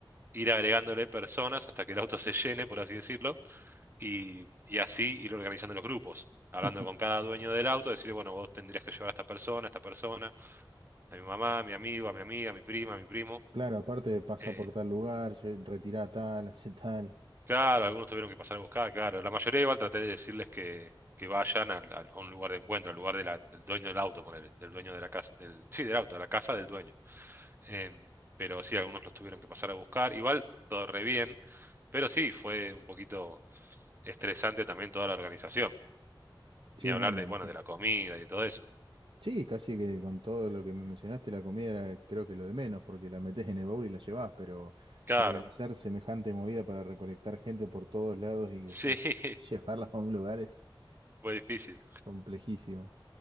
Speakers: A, on the right; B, on the right.
A: ir agregándole personas hasta que el auto se llene, por así decirlo, y, y así ir organizando los grupos. Hablando
B: <laughs>
A: con cada dueño del auto, decirle, bueno, vos tendrías que llevar a esta persona, a esta persona, a mi mamá, a mi amigo, a mi amiga, a mi prima, a mi primo.
B: Claro, aparte pasa
A: eh,
B: por tal lugar, lle- retirá tal, hace tal.
A: Claro, algunos tuvieron que pasar a buscar, claro. La mayoría igual traté de decirles que, que vayan al- al- a, un lugar de encuentro, al lugar de la- del dueño del auto, ponele, del dueño de la casa, del, sí, del auto, a la casa del dueño. Em, pero sí, algunos los tuvieron que pasar a buscar. Igual todo re bien, pero sí, fue un poquito estresante también toda la organización.
B: Sí,
A: Ni hablar
B: no, me
A: de,
B: imagino.
A: bueno, de la comida y de todo eso.
B: Sí, casi que con todo lo que me mencionaste, la comida era creo que lo de menos, porque la metés en el baúl y la llevás, pero
A: Claro,
B: organizar semejante movida para recolectar gente por todos lados y después
A: sí, <laughs>
B: <laughs> llevarla a un lugar es
A: fue difícil.
B: complejísimo.